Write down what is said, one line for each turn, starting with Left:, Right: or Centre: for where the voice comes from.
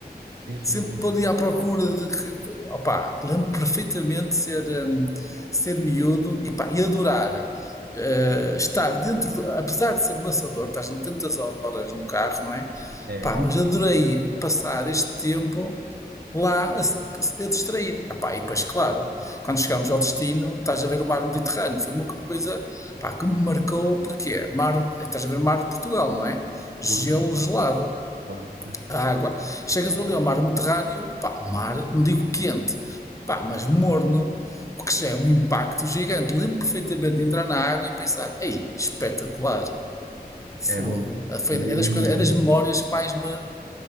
Right: sim, sim,
Left: sempre
Right: sim, sim.
Left: ali
Right: sim.
Left: à procura de que. Opá, lembro perfeitamente de ser, hum, ser miúdo e, pá, e adorar. eh, estar dentro, do, apesar de ser maçador, estás ali tantas horas no carro, não é?
Right: É,
Left: Pá,
Right: acaba.
Left: mas adorei passar este tempo lá a, a distrair. Ah, pá, e depois, claro, quando chegámos ao destino, estás a ver o mar Mediterrâneo. Foi uma coisa pá, que me marcou, porque é mar, estás a ver o mar de Portugal, não é? Gelo
Right: Tudo, tudo.
Left: gelado
Right: Claro, pois.
Left: a água. Chegas ali ao mar Mediterrâneo, pá, mar, não digo quente, pá, mas morno, o que já é um impacto gigante. Lembro perfeitamente de entrar na água e pensar, ei, espetacular, fogo.
Right: É mesmo.
Left: é
Right: Sim, eu
Left: das
Right: imagino.
Left: coisas, é das memórias que mais me...